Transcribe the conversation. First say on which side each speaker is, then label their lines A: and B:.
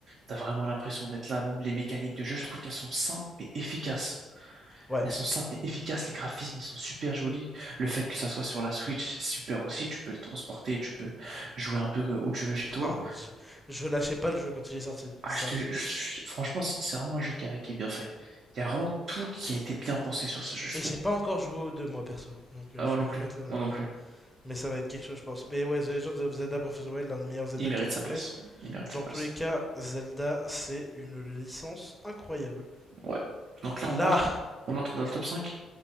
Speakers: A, on the right (about 60°); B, in the centre.
A: T'as vraiment l'impression d'être là, même les mécaniques de jeu, je trouve qu'elles sont simples et efficaces.
B: ouais.
A: Elles sont simples et efficaces, les graphismes, ils sont super jolis. Le fait que ça soit sur la Switch, c'est super aussi, tu peux le transporter, tu peux jouer un peu euh, où tu veux chez toi.
B: Ah, je, je lâchais pas le jeu quand il est sorti.
A: Ah,
B: C'est
A: je te,
B: un truc
A: je-
B: de
A: je-
B: ouf.
A: franchement, c'est c'est vraiment un jeu qui, a- qui est bien fait. Il y a vraiment tout qui a été bien pensé sur ce jeu, je
B: Et
A: trouve.
B: j'ai pas encore joué aux deux, moi, perso. Donc, euh,
A: Ah,
B: je
A: moi non
B: vais
A: plus,
B: m'y mettre là dans
A: moi
B: pas
A: non
B: longtemps.
A: plus.
B: Mais ça va être quelque chose, je pense. Mais ouais, The Legend of Zelda Breath of the Wild, l'un des meilleurs Zelda
A: Il mérite
B: qui a été
A: sa place.
B: fait.
A: Il mérite
B: Dans
A: sa place.
B: tous les cas, Zelda, c'est une licence incroyable.
A: Ouais. Donc là,
B: Là,
A: on entre, on entre dans le top 5.